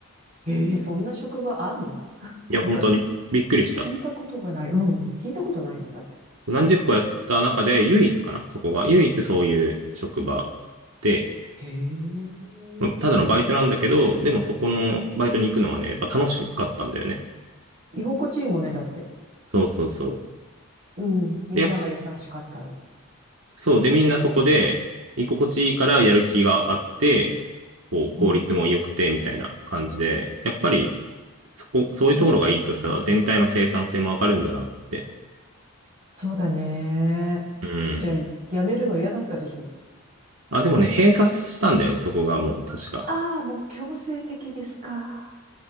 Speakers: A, on the right; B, on the right.
A: ええ、そんな職場あんの
B: いや、
A: なんか、
B: 本当にびっくりした。
A: 聞いたことがない。うん。聞いたことないのだって。
B: 何十個やった中で、唯一かな、そこが。唯一そういう職場で、
A: へえ。
B: まあただのバイトなんだけど、でもそこのバイトに行くのはね、やっぱ楽しかったんだよね。
A: 居心地いいもんね、だって。
B: そうそうそう。
A: うん。みんなが優しかったら。
B: でやっそう。で、みんなそこで、居心地いいからやる気があって、こう、効率も良くて、
A: うん。
B: みたいな感じで、やっぱり、そこ、そういうところがいいとさ、
A: うー
B: 全体の生産性も上がるんだなって。
A: ん。そうだね。
B: うん。
A: じゃあ、辞めるの嫌だったでしょ。
B: あ、でもね、閉鎖したんだよね、そこがもう、確か。
A: ああー、もう強制的ですか。